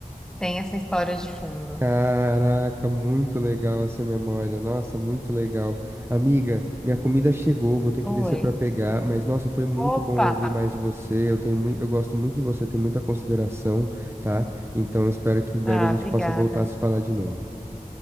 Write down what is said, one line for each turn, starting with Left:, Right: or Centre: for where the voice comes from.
Centre: tem essa história de fundo.
Right: Caraca, muito legal essa memória. Nossa, muito legal. Amiga, minha comida chegou, vou ter
Centre: Oi.
Right: que descer pra pegar, mas nossa, foi muito
Centre: Opa!
Right: bom ouvir mais de você. Eu tenho muito, eu gosto muito de você, tenho muita consideração, tá? Então espero que em breve
Centre: Ah,
Right: a gente
Centre: obrigada.
Right: possa voltar a se falar de novo.